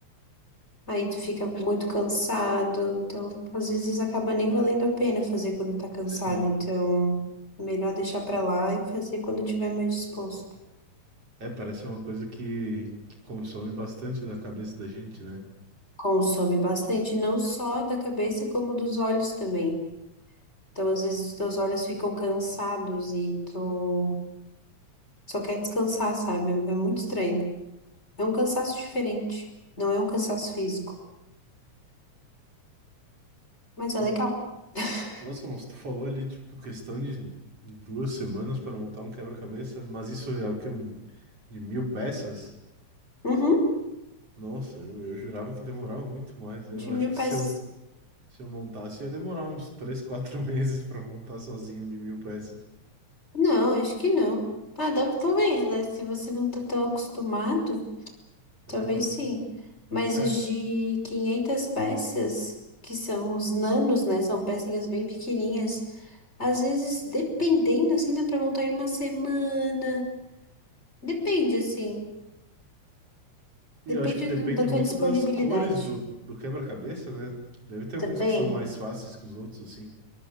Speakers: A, on the left (about 20°); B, on the right (about 50°).
A: Aí tu fica muito cansado, então às vezes acaba nem valendo a pena fazer quando tá cansado,
B: sim.
A: então melhor deixar pra lá e fazer quando tiver mais disposto.
B: É, parece ser uma coisa que, que consome bastante da cabeça da gente, né?
A: Consome bastante, não só da cabeça, como dos olhos também. Então às vezes os teus olhos ficam cansados e tu só quer descansar, sabe? É muito estranho. É um cansaço diferente, não é um cansaço físico, mas é
B: Pois
A: legal.
B: é.
A: <laughs>
B: Nossa, mas tu falou ali, tipo, questão de duas semanas para montar um quebra-cabeça, mas isso é o que Um, de mil peças?
A: Uhum,
B: Nossa, eu, eu jurava que demorava muito mais. Eu
A: de
B: acho
A: mil
B: que
A: peças.
B: se eu, se eu montasse, ia demorar uns 3 4 <laughs> meses para montar sozinho de mil peças.
A: Não, acho que não. Ah, dá- talvez, né? Se você não tá tão acostumado,
B: É,
A: talvez
B: não.
A: sim. Mas
B: É,
A: os de 500 peças, que são os nanos, né? São pecinhas bem pequenininhas. Às vezes, dependendo, assim, dá pra montar em uma semana. Depende, assim.
B: e
A: Depende
B: eu acho que depende
A: do- da tua
B: muito
A: disponibilidade.
B: das cores do, do quebra-cabeça, né? Deve ter alguns
A: Também?
B: que são mais fáceis que os outros, assim.